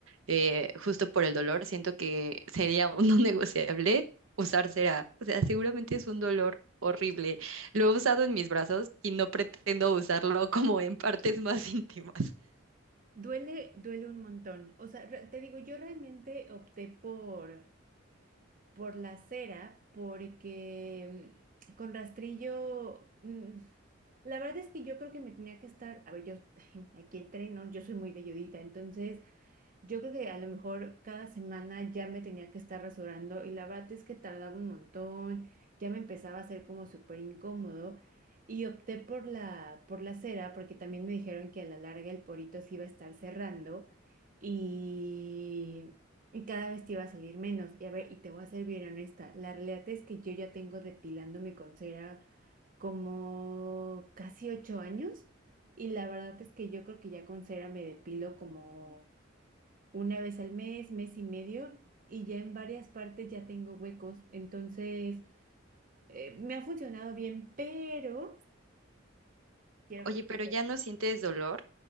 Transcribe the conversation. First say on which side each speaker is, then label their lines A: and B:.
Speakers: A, on the right; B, on the right.
A: eh, justo por el dolor, siento que sería <laughs> un no negociable usar cera. O sea, seguramente es un dolor horrible. Lo he usado en mis brazos y no pretendo usarlo <laughs> como en partes más íntimas.
B: Duele, duele un montón. O sea, re- te digo, yo realmente opté por por la cera porque mm, con rastrillo, mm, la verdad es que yo creo que me tenía que estar, a ver, yo <laughs> aquí el tren, ¿no? Yo soy muy velludita, entonces yo creo que a lo mejor cada semana ya me tenía que estar rasurando y la verdad es que tardaba un montón, ya me empezaba a hacer como súper incómodo y opté por la, por la cera porque también me dijeron que a la larga el porito se iba a estar cerrando y, y cada vez te iba a salir menos. Y a ver, y te voy a ser bien honesta, la realidad es que yo ya tengo depilándome con cera como casi ocho años y la verdad es que yo creo que ya con cera me depilo como una vez al mes, mes y medio, y ya en varias partes ya tengo huecos. Entonces, eh, me ha funcionado bien, pero quiero
A: Oye,
B: contarte,
A: pero ya no sientes dolor.